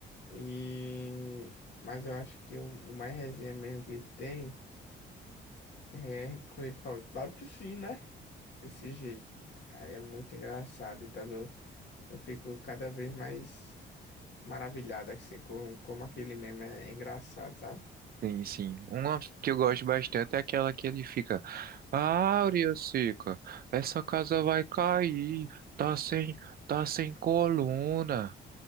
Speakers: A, on the left (about 60°); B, on the right (about 50°).
A: E... Mas eu acho que o o mais resenha mesmo que ele tem é quando ele fala, claro que sim, né? Desse jeito. Aí é muito engraçado, e tá do... Eu fico cada vez mais maravilhado, assim, com como aquele meme é engraçado, sabe?
B: Sim, sim. Uma que eu gosto bastante é aquela que ele fica. Áurea seca, essa casa vai cair. Tá sem, tá sem coluna.